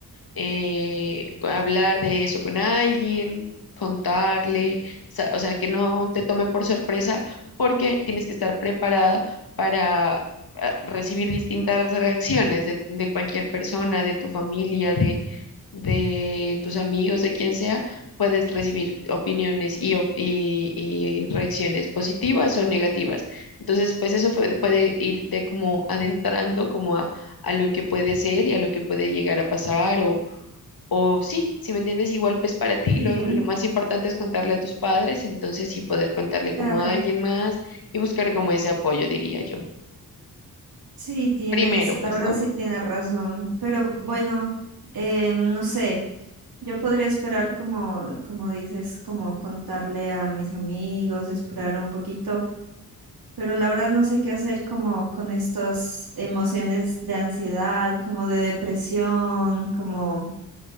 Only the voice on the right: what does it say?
Sí,
claro.
Sí, tienes,
la
verdad
sí tienes razón, pero bueno, eh, no sé, yo podría esperar como, como dices, como contarle a mis amigos, esperar un poquito, pero la verdad no sé qué hacer como con estas emociones de ansiedad, como de depresión, como,